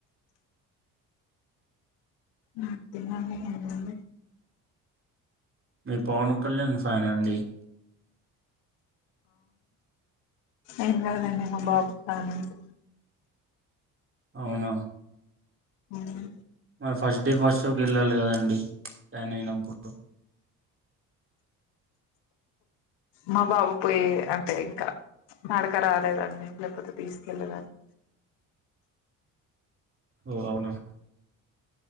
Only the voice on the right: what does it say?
మీరు పవన్ కళ్యాణ్ ఫ్యానా అండి.
అవునా
మరి ఫస్ట్ డే ఫస్ట్ షో కి వెళ్ళాలి కదండి ఫ్యాన్ అయినప్పుడు
ఓ అవునా